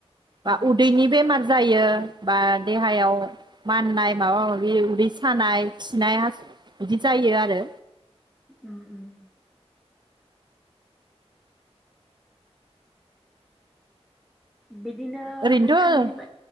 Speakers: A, on the right; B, in the centre.
A: बा
B: औ
A: उदैनि बेमार जायो बा देहायाव माननाय माबा माबि उदै सानाय खिनाय हासु <unintelligible> बिदि जायो आरो।
B: उम उम बिदिनो
A: ओरैनोथ'
B: नोंथांनि बा